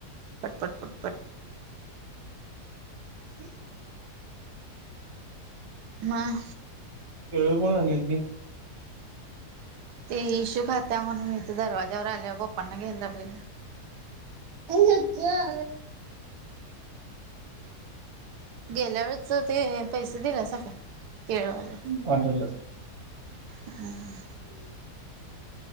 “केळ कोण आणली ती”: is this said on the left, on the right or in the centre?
Right